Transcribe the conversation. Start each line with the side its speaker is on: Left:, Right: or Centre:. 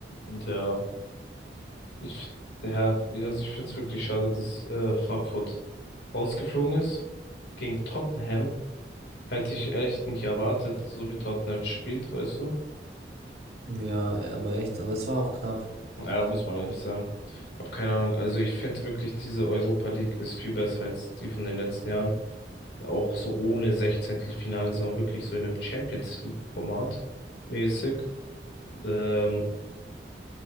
Left: Ja, ich, find- ja, also ich finde es wirklich schade, dass äh, Frankfurt rausgeflogen ist. Gegen Tottenham hätte ich echt nicht erwartet, so wie Tottenham spielt, weißt du?
Right: Ja, aber echt, aber es war auch knapp.
Left: Ja, muss man ehrlich sagen. Hab keine Ahnung. Also ich finde wirklich, diese Europa League ist viel besser als die von den letzten Jahren. Auch so ohne Sechzehntelfinale, sondern wirklich so in einem Champions League-Format mäßig. Ähm,